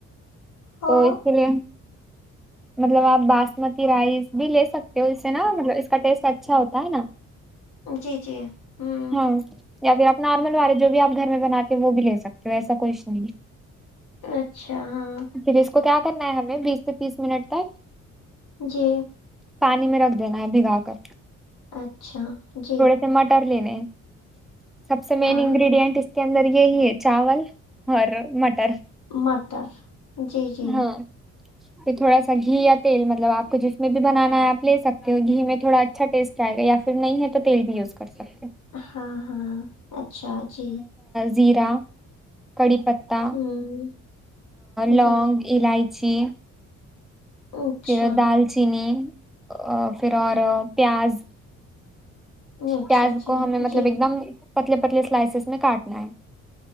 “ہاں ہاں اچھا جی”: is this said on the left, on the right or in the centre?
Left